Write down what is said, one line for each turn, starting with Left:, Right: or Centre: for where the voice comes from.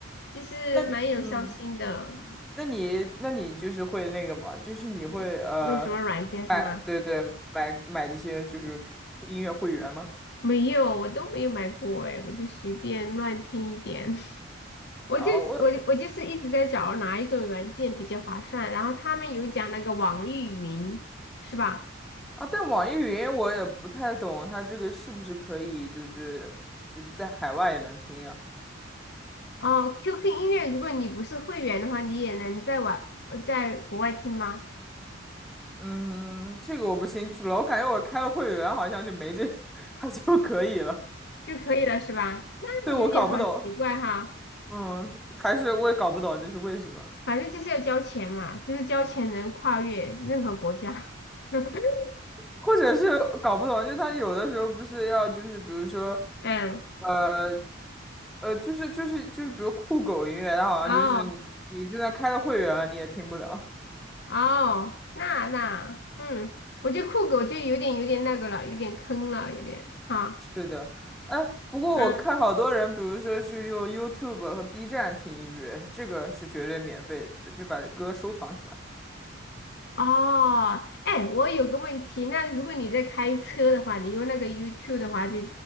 Left: 就是蛮有孝心的。
Centre: <laughs> 那嗯。那你那你就是会那个嘛，就是你会呃
Left: 就是用什么软件是吗？
Centre: 买对对买买这些就是音乐会员吗？
Left: 没有，我都没有买过哎，我就随便乱听一点。<laughs> 我就是我我就是一直在找哪一种软件比较划算，
Centre: 啊，我
Left: 然后他们有讲那个网易云，是吧？
Centre: 啊，但网易云我也不太懂，它这个是不是可以就是就是在海外也能听啊？
Left: 哦，QQ 音乐，如果你不是会员的话，你也能在外呃在国外听吗？
Centre: 嗯，这个我不清楚了，我感觉我开了会员好像就没这，<laughs> 它就可以了。
Left: 就可以了是吧？那有点好奇怪哈，
Centre: 对，我搞不懂，嗯，还是我也搞不懂这是为什么。
Left: 反正就是要交钱嘛，就是交钱能跨越任何国家。<laughs>
Centre: 或者是搞不懂，就他有的时候不是要就是比如说，
Left: 嗯，
Centre: 呃，呃，就是就是就是比如酷狗音乐，它好像就是你你就算开了会员了，
Left: 哦
Centre: 你也听不了。
Left: 哦，那那嗯，我觉得酷狗就有点有点那个了，有点坑了，有点哈，
Centre: <laughs> 是的，哎，不过我看好多人，
Left: 嗯，
Centre: 比如说就用 YouTube 和 B 站听音乐，这个是绝对免费的，就把歌收藏起来。
Left: 哦，哎，我有个问题，那如果你在开车的话，你用那个 YouTube 的话就，